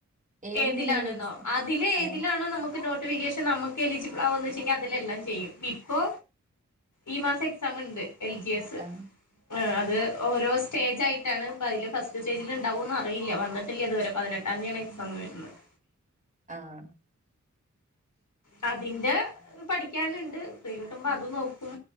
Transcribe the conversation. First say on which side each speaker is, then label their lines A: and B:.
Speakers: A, on the right; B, on the left.
A: ഏതിതിലാ
B: ഏതിലാണെന്നോ
A: രജിസ്റ്റർ
B: അതില് ഏതിലാണോ
A: ആഹ്
B: നമുക്ക് നോട്ടിഫിക്കേഷൻ പക്ഷെ നമക്ക് എലിജിബിൾ ആകന്ന് വെച്ചെങ്കിൽ അതിലെല്ലാം ചെയ്യും ഇപ്പൊ ഈ മാസം എക്സാം ഉണ്ട് എൽ ജി എസ്
A: ആഹ്
B: ആഹ് അത് ഓരോ സ്റ്റേജ ആയിട്ടാണ് അപ്പൊ അതില് ഫസ്റ്റ് സ്റ്റേജിൽ ഉണ്ടാവോന്ന് അറിയില്ല വന്നിട്ടില്ലേ അതുവരെ പതിനെട്ടാം തീതിയാണ് എക്സാം വരുന്നത്
A: ആഹ്
B: ആ അതിന്റെ പഠിക്കാനുണ്ട് ഫ്രീ കിട്ടുമ്പോ അത് നോക്കും